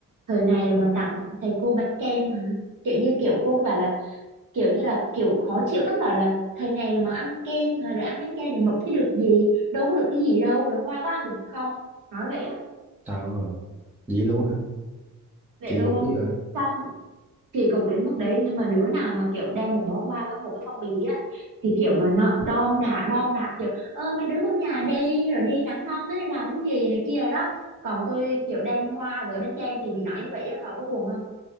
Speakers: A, on the right; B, in the centre.
A: thời này rồi mà tặng thầy cô bánh kem hả kiểu như kiểu cô bảo là kiểu như là kiểu khó chịu lắm bảo là thời này rồi mà ăn kem hả? rồi ăn bánh kem rồi mập chứ được gì đâu có được cái gì đâu rồi hoa có ăn được không nói vậy á
B: tao à, vậy luôn hả?
A: vậy
B: Kỳ
A: luôn
B: cục dữ à?
A: xong kỳ cục đến mức đấy nhưng mà đứa nào mà kiểu đem một bó hoa với một cái phong bì á thì kiểu mà nó đon đả đon đả kiểu ơ mấy đứa vào nhà đi rồi đi nắng non tới đây làm cái gì này kia đó còn tôi kiểu đem hoa với bánh kem thì bị nói như vậy á họ có buồn không